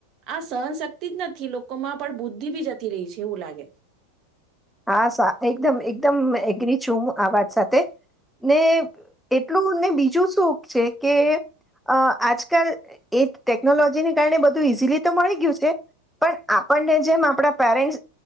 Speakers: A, on the right; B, in the centre.
A: આ સહનશક્તિ જ નથી લોકોમાં પણ બુદ્ધિ બી જતી રહી છે એવું લાગે.
B: હા સા એકદમ એકદમ એગ્રી છું હું આ વાત સાથે. ને એટલું ને બીજું સુખ છે કે? અ આજકાલ એ ટેકનોલોજીને કારણે બધું ઈઝીલી તો મળી ગયું છે. પણ આપણને જેમ આપણા ઈ પેરેન્ટસ